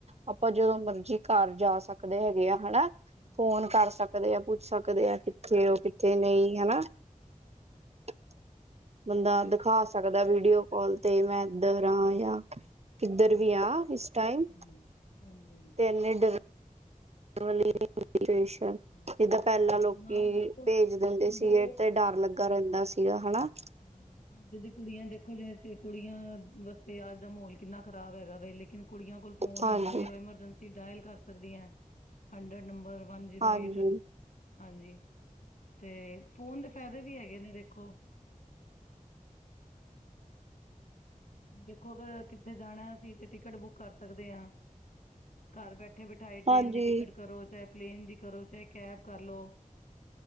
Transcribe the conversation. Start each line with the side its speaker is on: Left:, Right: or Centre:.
Right: ਆਪਾਂ ਜਦੋਂ ਮਰਜ਼ੀ ਘਰ ਜਾ ਸਕਦੇ ਹੈਗੇ ਆ, ਹਨਾ।
Left: ਹਾਂਜੀ
Right: ਫੋਨ ਕਰ ਸਕਦੇ ਆ ਪੁੱਛ ਸਕਦੇ ਆ ਕਿੱਥੇ ਐ ਕਿੱਥੇ ਨਹੀਂ, ਹਨਾਂ।
Left: ਹਾਂਜੀ ਹਾਂਜੀ
Right: <inaudible> ਬੰਦਾ
Left: ਦੇਖੋ
Right: ਦਿਖਾ ਸਕਦਾ ਵੀਡੀਓ ਕਾਲ ਤੇ ਮੈਂ ਇੱਧਰ ਆ ਜਾਂ ਕਿੱਧਰ
Left: ਹਾਂਜੀ
Right: ਵੀ ਆ ਇਸ ਟਾਈਮ।
Left: ਹਾਂਜੀ ਹਾਂਜੀ- ਹਾਂਜੀ।
Right: ਤੇ ਇਨੇ ਡਰਨ ਵਾਲੇ ਪੇਸ਼ਂਟ
Left: ਹਾਂਜੀ
Right: ਜਿੱਦਾਂ ਪਹਿਲਾਂ ਲੋਕੀ
Left: ਨਾ ਦੇਖੋ
Right: ਭੇਜ ਦਿੰਦੇ
Left: ਅਗਰ
Right: ਸੀਗੇ ਤੇ ਡਰ ਲੱਗਾ ਰਹਿੰਦਾ ਸੀਗਾ ਹਨਾ।
Left: ਹੂੰ ਅੱਜ ਦੀ ਕੁੜੀਆਂ ਦੇਖੋ ਜਿਵੇਂ ਕੁੜੀਆਂ ਵਾਸਤੇ ਅੱਜ ਦਾ ਮਾਹੌਲ ਕਿੰਨਾ ਖ਼ਰਾਬ ਹੈਗਾ ਵੇ ਲੇਕਿਨ ਕੁੜੀਆਂ ਕੋਲ ਫੋਨ
Right: ਹਾਂਜੀ
Left: ਹੁੰਦਾ ਵੇ ਉਹ ਐਮਰਜੈਂਸੀ ਡਾਇਲ ਕਰ ਸਕਦੀਆਂ। Hundred number, one zero
Right: ਹਾਂਜੀ
Left: eight ਹਾਂਜੀ। ਤੇ ਫੋਨ ਦੇ ਫਾਇਦੇ ਵੀ ਹੈਗੇ ਨੇ ਦੇਖੋ? <inaudible> ਦੇਖੋ ਅਗਰ ਕਿੱਥੇ ਜਾਣਾ ਅਸੀ ਤੇ ਟਿਕਟ ਬੁੱਕ ਕਰ ਸਕਦੇ ਹਾਂ। ਘਰ ਬੈਠੇ-ਬਿਠਾਏ
Right: ਹਾਂਜੀ
Left: ਟ੍ਰੇਨ ਦੀ ਟਿਕਟ ਕਰੋ। ਚਾਹੇ ਪਲੇਨ ਦੀ ਕਰੋ। ਚਾਹੇ ਕੈਬ ਕਰ ਲਓ।